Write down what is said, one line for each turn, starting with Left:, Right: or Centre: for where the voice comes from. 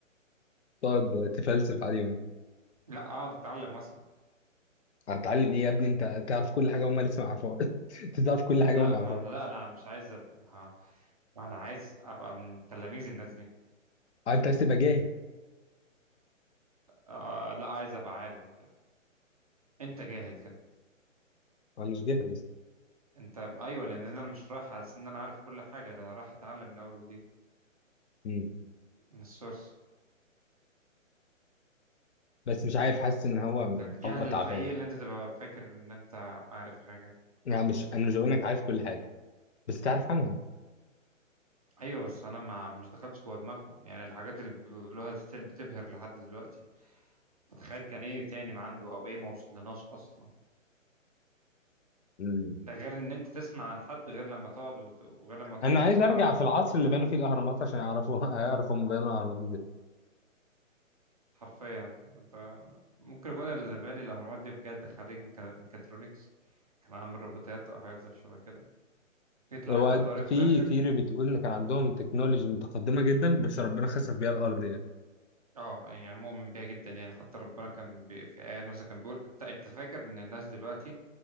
Left: تقعد تفلسف عليهم
Right: لا أقعد أتعلم وأسمع
Left: هتتعلم ايه يا ابني انت تعرف كل حاجه هم لسه ما يعرفوها <laughs> انت تعرف كل
Right: لا
Left: حاجه هم ما
Right: ما
Left: يعرفوها
Right: أنا لا أنا مش عايز أبقى ما ما أنا عايز أبقى من تلاميذ الناس دي
Left: آه، انت عايز تبقى جاهل
Right: آه لا عايز أبقى عالم كده أنت جاهل كده
Left: انا مش جاهل لسه
Right: أنت أيوه لأن أنا مش رايح أحس إن أنا عارف كل حاجة ده أنا رايح أتعلم من أول وجديد
Left: مم.
Right: من السورس
Left: بس مش عارف حاسس ان هو
Right: الجهل
Left: حقبه تعبان
Right: الحقيقي اللي انت تبقى فاكر ان انت عارف حاجة
Left: انا مش انا مش بقول انك عارف كل حاجه بس تعرف عنهم
Right: ايوه بس انا ما مش دخلتش جوه دماغه يعني الحاجات اللي بيقولوها ستيل بتبهر لحد دلوقتي فتخيل كان ايه تاني ما عنده او ايه ما وصلناش اصلا
Left: مم.
Right: ده غير ان انت تسمع عن حد غير لما تقعد وت- وغير لما تقعد
Left: انا عايز
Right: وتسمعه
Left: ارجع
Right: وتشوفه
Left: في العصر
Right: وهو بيتكلم
Left: اللي بنوا فيه الاهرامات عشان اعرفوا اعرف <laughs> هم بنوا الاهرامات
Right: حرفيا انت ممكن يكون اللي باني الاهرامات دي بجد خريج ميكا- ميكاترونكس كان عامل روبوتات او حاجات زي شبه كده يطلع
Left: هو
Right: انت يا طارق في
Left: في
Right: الاخر
Left: ثيري بتقول ان كان عندهم تكنولوجي متقدمه جدا بس ربنا خسف بيها الارض يعني
Right: اه يعني مؤمن بيها جدا يعني حتى ربنا كان بي في آيات مثلا كان بيقول انت أنت فاكر ان الناس دلوقتي